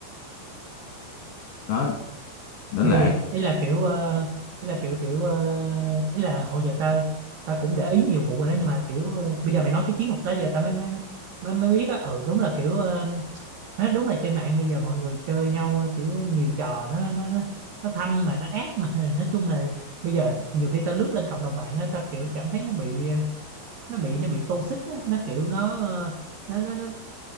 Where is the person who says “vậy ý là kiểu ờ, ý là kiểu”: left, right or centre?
Right